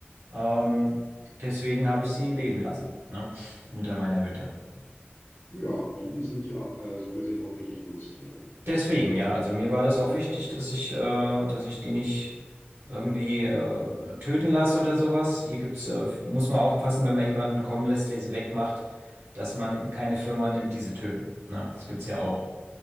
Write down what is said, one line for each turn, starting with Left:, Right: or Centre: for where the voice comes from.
Right: Ähm, deswegen habe ich sie leben lassen, ne, unter meiner Hütte.
Left: ja, Bienen sind ja äh, so gesehen auch wirklich Nutztiere.
Right: Deswegen, ja, also mir war das auch
Left: Ja,
Right: wichtig, dass ich, äh, dass ich die nicht irgendwie äh, töten lasse oder sowas. Hier gibt's, äh, muss man aufpassen, wenn man jemanden kommen lässt, der sie wegmacht, dass man keine Firma nimmt, die sie töten. Ne? Das gibt's ja auch.